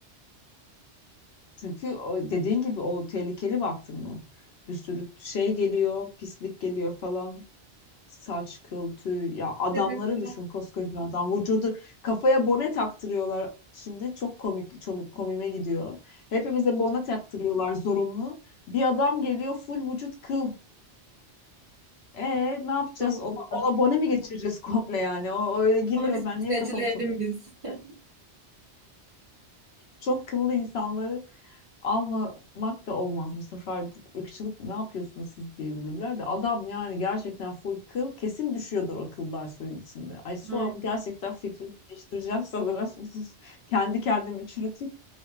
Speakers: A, on the left; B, on the right.
A: <laughs> Çünkü o dediğin gibi o tehlikeli baktın mı? Bir sürü şey geliyor, pislik geliyor falan. Saç, kıl, tüy. Ya adamları
B: Bir de mesela
A: düşün koskoca adam. Vücudu kafaya bone taktırıyorlar. Şimdi çok komik, çok komime gidiyor. Hepimize bone taktırıyorlar zorunlu. Bir adam geliyor full vücut kıl. E ne yapacağız?
B: Aynen.
A: Ona, ona bone mi geçireceğiz komple yani? O öyle giriyor.
B: Onu bir streçleyelim
A: Ben niye kafamı sokamıyorum?
B: biz. <laughs>
A: Çok kıllı insanları almamak da olmaz bu sefer ırkçılık ne yapıyorsunuz siz diyebilirler de adam yani gerçekten full kıl kesin düşüyordur o kıllar suyun içinde. Ay şu
B: Ay-
A: an gerçekten fikrimi değiştireceğim sanırım. <laughs> Kendi kendimi çürütüp